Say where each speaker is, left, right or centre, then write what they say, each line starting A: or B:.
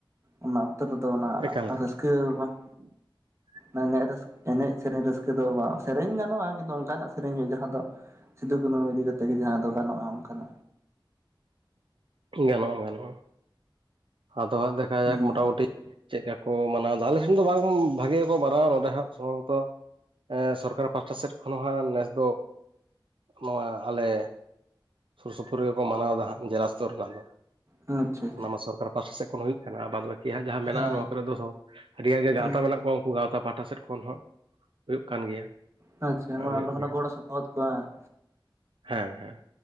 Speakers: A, on the right; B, on the right.
A: ᱚᱱᱟ ᱚᱠᱛᱚ ᱨᱮᱫᱚ ᱚᱱᱟ
B: ᱮᱠᱟᱞ ᱜᱮ
A: ᱨᱟᱹᱥᱠᱟᱹ ᱵᱟᱝ
B: <inaudible>
A: ᱢᱟᱱᱮ ᱮᱱᱮᱡ ᱥᱮᱨᱮᱧ ᱨᱟᱹᱥᱠᱟᱹ ᱫᱚ ᱵᱟᱝ ᱥᱮᱨᱮᱧ ᱜᱟᱱᱚᱜᱼᱟ ᱠᱤᱱᱛᱩ ᱚᱱᱠᱟᱱᱟᱜ ᱥᱮᱨᱮᱧ ᱦᱩᱭᱩᱜᱼᱟ ᱡᱟᱦᱟᱸ ᱫᱚ ᱥᱤᱫ ᱥᱤᱫᱩ ᱠᱟᱱᱩ ᱤᱫᱤ ᱠᱟᱛᱮ ᱜᱮ ᱡᱟᱦᱟᱸ ᱫᱚ ᱜᱟᱱᱚᱜᱼᱟ ᱚᱱᱠᱟᱱᱟᱜ
B: ᱜᱟᱱᱚᱜᱼᱟ ᱜᱟᱱᱚᱜᱼᱟ ᱟᱫᱚ ᱦᱟᱸᱜ ᱫᱮᱠᱷᱟᱭ
A: ᱦᱩᱸ
B: ᱡᱟᱠ ᱢᱚᱴᱟᱟᱢᱩᱴᱤ ᱪᱮᱫᱠᱟ ᱠᱚ ᱢᱟᱱᱟᱣ ᱟᱞᱮ ᱥᱮᱱ ᱫᱚ ᱵᱟᱝ ᱵᱷᱟᱜᱤ ᱜᱮᱠᱚ ᱵᱟᱱᱟᱣᱟ ᱱᱚᱰᱮ ᱦᱟᱸᱜ ᱥᱚᱢᱵᱷᱚᱵᱚᱛᱚ ᱮ ᱥᱚᱨᱠᱟᱨ ᱯᱟᱥᱴᱟ ᱥᱮᱫ ᱠᱷᱚᱱ ᱦᱚᱸ ᱦᱟᱜ ᱱᱮᱥ ᱫᱚ ᱱᱚᱣᱟ ᱟᱞᱮ ᱥᱩᱨ ᱥᱩᱯᱩᱨ ᱨᱮᱜᱮ ᱠᱚ ᱢᱟᱱᱟᱣᱫᱟ ᱦᱟᱸᱜ ᱡᱮᱞᱟ ᱥᱛᱚᱨ ᱨᱮᱱᱟᱜ ᱫᱚ
A: ᱟᱪᱪᱷᱟ
B: ᱚᱱᱟ ᱢᱟ ᱥᱚᱨᱠᱟᱨ ᱯᱟᱥᱴᱟ ᱥᱮᱫ ᱠᱷᱚᱱ ᱦᱩᱭᱩᱜ ᱠᱟᱱᱟ <unintelligible> ᱵᱟᱫ ᱵᱟᱹᱠᱤ ᱦᱟᱜ ᱡᱟᱦᱟᱸ
A: ᱟᱪᱪᱷᱟ
B: ᱢᱮᱱᱟᱜᱼᱟ ᱱᱚᱣᱟ ᱠᱚᱨᱮ ᱫᱚ ᱟᱹᱰᱤᱜᱟᱱ ᱜᱮ ᱜᱟᱶᱛᱟ
A: ᱦᱮᱸ
B: ᱢᱮᱱᱟᱜ ᱠᱚᱣᱟ ᱩᱱᱠᱩ ᱜᱟᱶᱛᱟ ᱯᱟᱦᱴᱟ <unintelligible> ᱥᱮᱫ ᱠᱷᱚᱱ ᱦᱚᱸ ᱦᱩᱭᱩᱜ ᱠᱟᱱ ᱜᱮᱭᱟ
A: ᱟᱪᱪᱷᱟ <unintelligible>
B: ᱦᱩᱭᱩᱜ
A: ᱚᱱᱰᱮ ᱠᱷᱚᱱᱟᱜ
B: ᱜᱮᱭᱟ
A: ᱜᱚᱲ ᱥᱚᱯᱚᱦ ᱠᱚ ᱵᱟᱝ
B: ᱦᱮᱸ ᱦᱮᱸ